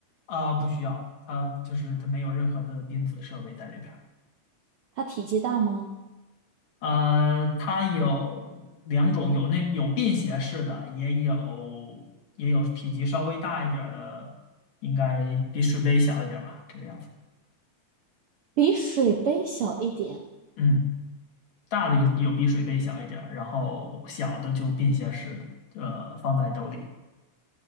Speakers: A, on the left (about 65°); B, on the right (about 80°).
A: 啊，不需要，它就是它没有任何的电子设备在里边儿。
B: 它体积大吗？
A: 呃，它有两种，有那有便携式的，也有也有体积稍微大一点儿的，应该比水杯小一点儿吧，这个样子。
B: 比水杯小一点，
A: 嗯，大的有有比水杯小一点儿，然后小的就便携式的，呃，放在兜里